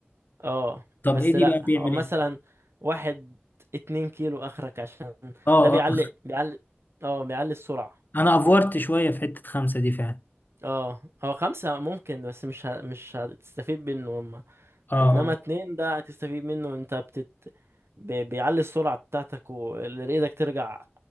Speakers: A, on the right; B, on the left.
A: اه
B: طب
A: بس
B: ايه دي
A: لا
B: بقى بيعمل
A: هو مثلا
B: ايه
A: واحد اتنين كيلو اخرك عشان
B: اه
A: ده بيعلي
B: اه
A: بيعلي اه بيعلي السرعة
B: انا افورت شويه في حته خمسة دي فعلا
A: اه هو خمسة ممكن بس مش ه... مش هتستفيد منه هما
B: اه اه
A: انما اتنين ده هتستفيد منه انت بتت ب... بيعلي السرعة بتاعتك و- اللي ايدك ترجع